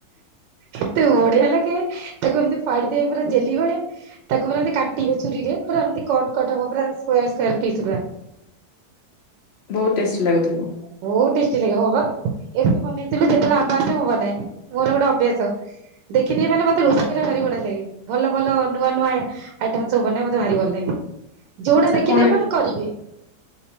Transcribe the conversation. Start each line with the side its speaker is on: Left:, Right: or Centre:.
Right: କେତେ ବଢିଆ ଲାଗେ ତାକୁ ଏମତି ଫାଡ଼ି ଦେବେ ପୁରା ଜେଲି ଭଳିଆ। ତାକୁ ପୁରା ଏମତି କାଟିବେ ଛୁରୀରେ ପୁରା ଏମତି କଟ କଟ ହବ ପୂରା ସ୍କୋୟାର ସ୍କୋୟାର ଫିସ୍ ଗୁରା।
Left: ବହୁତ ଟେଷ୍ଟି ଲାଗୁଥିବ।
Right: ବହୁତ ଟେଷ୍ଟି ଲାଗେ ହଁ ବା ଏବେ ବନେଇଥିଲୁ ଯେତେଳେ ଆମ୍ବ ଆସେ ମୁଁ ବନାଏ। ମୋର ଗୋଟେ ଅଭ୍ୟାସ। ଦେଖିଦେବି ମାନେ ମତେ ରୋଷେଇ କରିବା ଭାରି ବଢିଆ ଲାଗେ ଭଲ ଭଲ ନୂଆ ନୂଆ ଆଇଟମ୍ ସବୁ ବନେ ମତେ ଭାରି ଭଲ ଲାଗେ। ଯୋଉଟା
Left: ଆଚ୍ଛା
Right: ଦେଖିଦେବି
Left: କଣ
Right: ମାନେ କରିବି